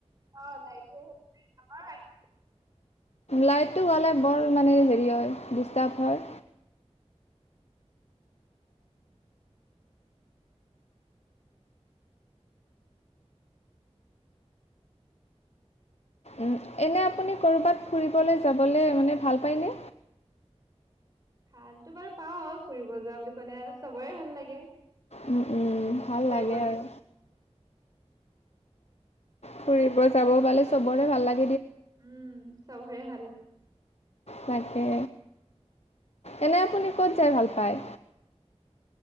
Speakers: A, on the right (about 35°); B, on the left (about 75°).
A: অঁ লাইটো <unintelligible>
B: লাইট টো গ'লে বৰ মানে হেৰি হয় ডিষ্টাৰ্ব হয়। উম এনে আপুনি ক'ৰবাত ফুৰিবলৈ যাবলে মানে ভাল পায়নে
A: ভালতো বাৰু পাও ফুৰিব যোৱা বুলি ক'লে চবৰে ভাল লাগে।
B: উম- উম ভাল
A: ফুৰিব
B: লাগে আৰু। ফুৰিব যাবও পালে চবৰে ভাল লাগ
A: উম চবৰে ভাল লা
B: তাকে এনে আপুনি ক'ত যাই ভাল পায়।